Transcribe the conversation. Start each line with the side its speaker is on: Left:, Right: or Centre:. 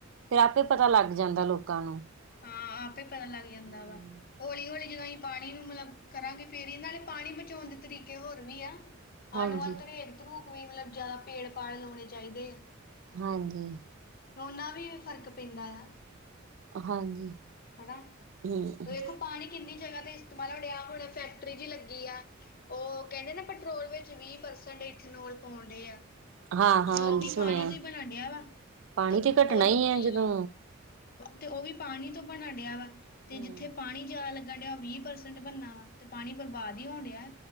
Right: ਫਿਰ ਆਪੇ ਪਤਾ ਲੱਗ ਜਾਂਦਾ ਲੋਕਾਂ ਨੂੰ।
Left: ਹਾਂ, ਆਪੇ ਪਤਾ ਲੱਗ ਜਾਂਦਾ
Right: ਹੂੰ
Left: ਵਾ। ਹੌਲੀ-ਹੌਲੀ ਜਦੋਂ ਅਸੀਂ ਪਾਣੀ ਨੂੰ ਮਤਲਬ ਕਰਾਂਗੇ ਫੇਰ ਹੀ ਨਾਲੇ ਪਾਣੀ ਬਚਾਉਣ ਦੇ ਤਰੀਕੇ ਹੋਰ ਵੀ ਆ।
Right: ਹਾਂਜੀ,
Left: ਅਣ- ਮਾਤਰ ਏਧਰੋਂ ਕੋਈ ਮਤਲਬ ਜਿਆਦਾ ਪੇੜ-ਪਾੜ ਲਾਣੇ ਚਾਹੀਦੇ ਆ।
Right: ਹਾਂਜੀ।
Left: ਲਾਣ ਨਾਲ਼ ਵੀ ਫ਼ਰਕ ਪੈਂਦਾ ਆ।
Right: ਹਾਂਜੀ।
Left: ਹਨਾ,
Right: ਹੂੰ,
Left: ਦੇਖੋ ਪਾਣੀ ਕਿੰਨੀ ਜਗ੍ਹਾ ਤੇ ਮੰਨ ਡਿਆ ਹੁਣ ਫੈਕਟਰੀ ਜੀ ਲੱਗੀ ਆ। ਉਹ ਕਹਿੰਦੇ ਪੈਟਰੋਲ ਵਿੱਚ ਵੀਹ ਪਰਸੈਟ ਇਥੇਨੋਲ ਪਾਉਣ ਡਏ ਆ।
Right: ਹਾਂ-ਹਾਂ
Left: ਤੇ
Right: ਹਾਂਜੀ
Left: ਉਹ ਵੀ
Right: ਸੁਣਿਆ।
Left: ਪਾਣੀ ਤੋਂ ਹੀ ਬਣਨ ਡਿਆ ਵਾ।
Right: ਪਾਣੀ
Left: ਅ
Right: ਤੇ ਘਟਣਾ
Left: ਓ ਅ ਨਹੀਂ
Right: ਹੀ ਹੈ ਜਦੋਂ
Left: ਏ, ਤੇ ਉਹ ਵੀ ਪਾਣੀ ਤੋਂ ਬਣਨ ਡਿਆ ਵਾ ਤੇ
Right: ਹਮ
Left: ਜਿੱਥੇ ਪਾਣੀ ਜਿਆਦਾ ਲੱਗਣ ਡਿਆ ਵੀਹ ਪਰਸੈਂਟ ਬਣਨਾ ਵਾ ਤੇ ਪਾਣੀ ਬਰਬਾਦ ਹੀ ਹੋਣ ਡਿਆ।